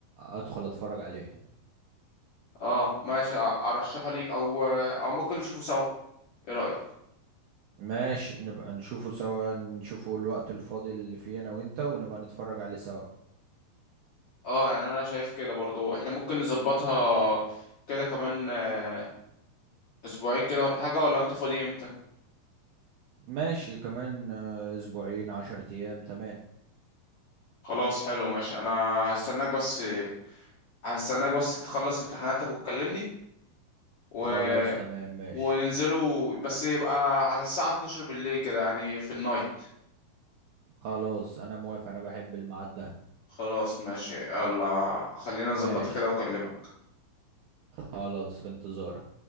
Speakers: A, on the right; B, on the left.
A: ادخل اتفرج عليه
B: اه ماشي أ- ارشحه ليك او آه، او ممكن نشوفه سوا ايه رايك
A: ماشي نبقى نشوفه سوا نشوفه الوقت الفاضي اللي فيه انا وانت ونبقى نتفرج عليه سوا
B: اه يعني انا شايف كده برضو احنا ممكن نظبطها كده كمان آه، اسبوعين كده ولا حاجه ولا انت فاضي امتى
A: ماشي كمان آه، اسبوعين عشر ايام تمام
B: خلاص حلو ماشي انا هستناك بس هستناك بس تخلص امتحاناتك وتكلمني و
A: خلاص تمام ماشي
B: وننزلوا بس يبقى على الساعة 12 بالليل كده يعني في النايت
A: خلاص انا موافق انا بحب الميعاد ده
B: خلاص ماشي يلا خلينا
A: ماشي
B: نظبطها كده واكلمك
A: خلاص في انتظارك